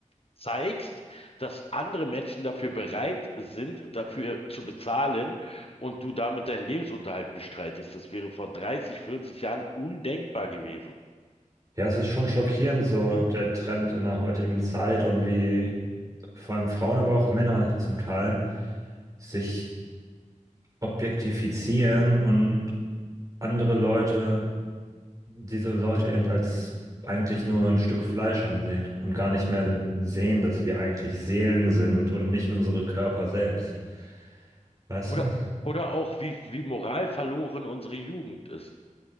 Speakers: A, on the left; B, on the right.
A: zeigst, dass andere Menschen dafür bereit sind, dafür zu bezahlen und du damit deinen Lebensunterhalt bestreitest. Das wäre vor 30, 40 Jahren undenkbar gewesen.
B: Ja, es ist schon schockierend, so der Trend in der heutigen Zeit und wie vor allem Frauen, aber auch Männer zum Teil sich objektifizieren und andere Leute diese Leute eben als eigentlich nur ein Stück Fleisch ansehen und gar nicht mehr sehen, dass wir eigentlich Seelen sind und nicht unsere Körper selbst. Weißt
A: Oder,
B: du?
A: oder auch, wie, wie moralverloren unsere Jugend ist.